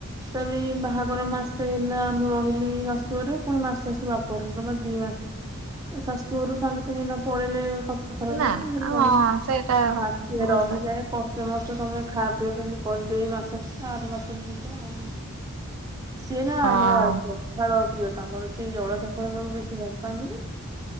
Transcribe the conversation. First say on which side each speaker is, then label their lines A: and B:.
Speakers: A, on the right (about 15°); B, on the right (about 70°).
A: ସେବି ବା ବାହାଘର ମାସେ ହେଲା, ମୁଁ ରହିଲି ଶାଶୁଘରେ ପୁଣି ମାସେ ଆସି ବାପଘରେ ଯମା ଦି ମାସେ। ଶାଶୁ ଘରୁ ସାଙ୍ଗେ ସାଙ୍ଗେ ଏନା ପଳେଇଲେ କଥା ଖରାପ
B: ନା
A: ହବ। ମୁଁ
B: ନା
A: କଇଲି ନାଇଁ
B: ହଁ ସେଇଟା
A: ମାସେ
B: ଭଲସେ
A: ରହିଯାଏ। କଷ୍ ସମ ସମସ୍ତେ ତମେ ଖା, ପିଅ କିନ୍ତୁ କରିଦେଇ, ମାସଟା ଆର ମାସରେ ଯିବା ଆଉ ସିଏ ନା
B: ହଁ
A: ଆମର ପଖାଳ ପ୍ରିୟ ତାଙ୍କର ସେ। ସେ ଜଳଖିଆ ଫଳଖିଆ କୁ ବେଶୀ ଭଲ ପାଆନ୍ତିନି।